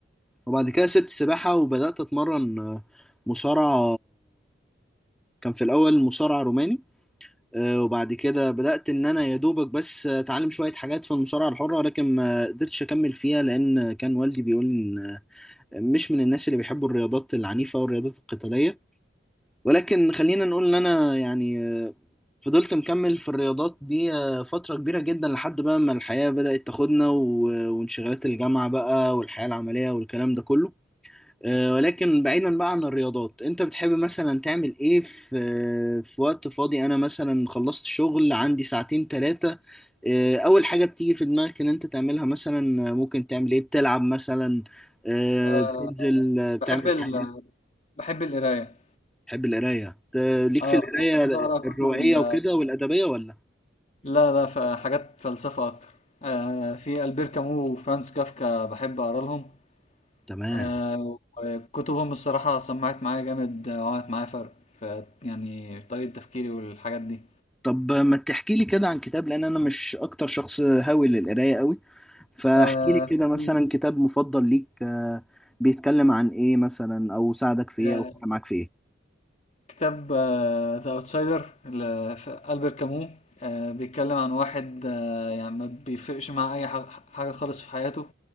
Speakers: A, in the centre; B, on the left.
A: وبعد كده سبت سباحة وبدأت اتمرن آه، مصارعة كان في الاول مصارع روماني آه، وبعد كده بدأت ان انا يا دوبك بس اتعلم شوية حاجات في المصارعة الحرة لكن ما قدرتش اكمل فيها لان كان والدي بيقول مش من الناس اللي بيحبوا الرياضات العنيفة والرياضات القتالية ولكن خلينا نقول ان انا يعني آه، فضلت مكمل في الرياضات دي آه، فترة كبيرة جدا لحد بقى ما الحياة بدأت تاخدنا و- وانشغالات الجامعة بقى والحياة العملية والكلام ده كله آه،
B: مم.
A: ولكن بعيدا بقى عن الرياضات انت بتحب مثلا تعمل ايه في في وقت فاضي انا مثلا خلصت شغل عندي ساعتين ثلاثة اول حاجة بتيجي في دماغك ان انت تعملها مثلا آه، ممكن تعمل ايه بتلعب مثلا آه،
B: أه
A: بتنزل آه، بتعمل
B: بحب ال...
A: حاجة
B: بحب القراية
A: بحب القراية ت- ليك
B: اه
A: في القراية
B: يعني بحب أقرأ كتب
A: الروائية
B: ال...
A: وكده والأدبية ولا
B: لا لا ف- حاجات فلسفة أكتر أه في ألبير كامو وفرانس كافكا بحب أقرأ لهم
A: تمام
B: أه وكتبهم الصراحة سمعت معايا جامد آه، وعملت معايا فرق ف يعني في طريقة تفكيري والحاجات دي
A: طب ما تحكي لي كده عن كتاب لان انا مش اكتر شخص هاوي للقرايه قوي فاحكي
B: أه
A: لي كده
B: في-
A: مثلا كتاب مفضل ليك آه، بيتكلم عن ايه مثلا او ساعدك في ايه
B: آه،
A: او فرق معاك في ايه
B: كتاب ذا اوتسايدر لألبير كامو آه، بيتكلم عن واحد آه، يعني ما بيفرقش مع اي ح- حاجة خالص في حياته